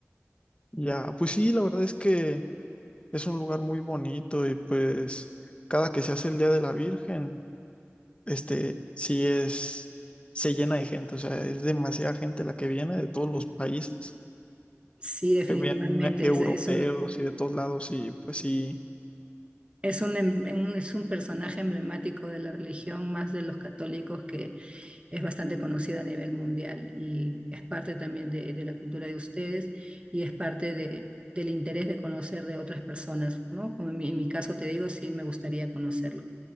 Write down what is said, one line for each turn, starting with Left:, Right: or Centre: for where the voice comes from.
Left: Ya, pues sí, la verdad es que es un lugar muy bonito y pues cada que se hace el Día de la Virgen, este, sí es, se llena de gente, o sea, es demasiada gente la que viene de todos los países,
Right: Sí, definitivamente,
Left: que vienen eh, europeos
Right: es, es un,
Left: y de todos lados y pues sí,
Right: es un, em- un- es un personaje emblemático de la religión, más de los católicos que, es bastante conocida a nivel mundial y es parte también de, de la cultura de ustedes y es parte de, del interés de conocer de otras personas, ¿no? Como en mi, en mi caso te digo, sí me gustaría conocerlo.